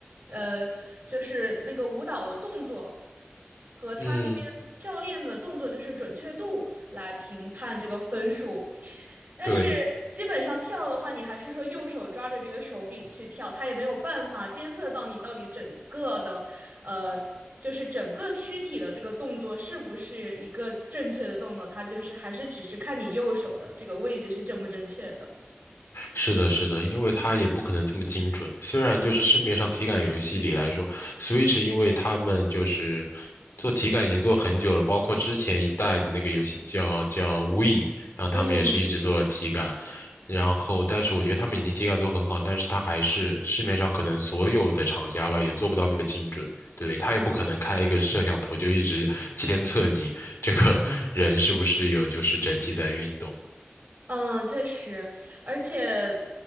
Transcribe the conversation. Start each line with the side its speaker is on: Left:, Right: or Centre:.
Right: 呃就是那个舞蹈的动作。和他那边教练的动作就是准确度来评判这个分数，
Left: 嗯，
Right: 但是基本上跳的话，
Left: 对。
Right: 你还是说右手抓着这个手柄去跳，他也没有办法监测到你到底整个的呃，就是整个躯体的这个动作是不是一个正确的动作，它就是还是只是看你右手的这个位置是正不正确的。
Left: 是的，是的，因为它也不可能这么精准。虽然就是市面上体感游戏里来说，Switch 因为他们就是做体感已经做很久了，包括之前一代的那个游戏叫叫 Wii，然后他们也是一直做体感。
Right: 嗯。
Left: 然后，但是我觉得他们已经体感做很好，但是它还是市面上可能所有的厂家吧，也做不到那么精准。对，他也不可能开一个摄像头就一直监测你这个人是不是有就是整体在运动。
Right: 嗯，确实，而且，